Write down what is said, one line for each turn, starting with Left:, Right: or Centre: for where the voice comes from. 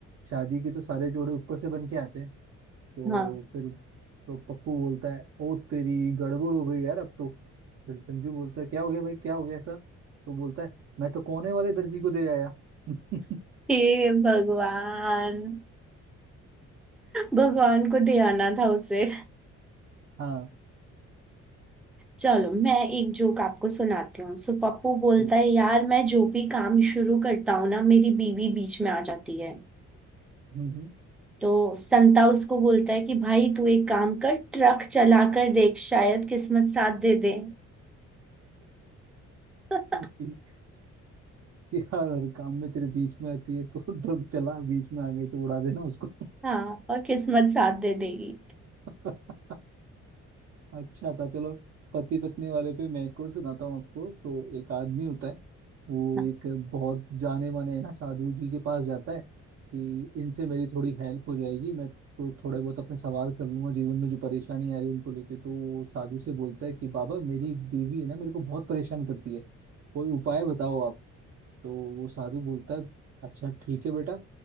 Right: शादी के तो सारे जोड़े ऊपर से बन के आते हैं तो
Centre: हाँ
Right: फिर तो पप्पू बोलता है ओ तेरी गड़बड़ हो गई यार अब तो फिर संजू बोलता है क्या हो गया भाई क्या हो गया ऐसा तो बोलता है मैं तो कोने वाले दर्जी को दे आया <laughs>
Centre: हे भगवान भगवान को ध्याना था उसे
Right: हाँ <laughs>
Centre: चलो मैं एक जोक आपको सुनाती हूँ सो पप्पू बोलता
Right: ठीक
Centre: है यार मैं जो भी काम शुरू करता हूँ ना मेरी बीवी बीच में आ जाती है
Right: हम्म, हम्म।
Centre: तो संता उसको बोलता है कि भाई तू एक काम कर ट्रक चला कर देख शायद किस्मत साथ दे दे <laughs>
Right: ठीक यार हर काम में तेरे बीच में आती है तो ट्रक चला बीच में आ गई तो उड़ा देना उसको
Centre: हाँ और किस्मत साथ दे देगी
Right: <laughs> अच्छा था चलो पति पत्नी वाले पे मैं एक और सुनाता हूँ आपको तो एक आदमी होता है वो
Centre: हाँ,
Right: एक बहुत जाने माने है ना साधु जी के पास जाता है कि इनसे मेरी थोड़ी हेल्प हो जाएगी मैं तो थोड़े बहुत अपने सवाल कर लूंगा जीवन में जो परेशानी आ रही है उनको लेके तो वो साधु से बोलता है कि बाबा मेरी बीवी है ना मेरे को बहुत परेशान करती है कोई उपाय बताओ आप तो वो साधु बोलता है अच्छा ठीक है बेटा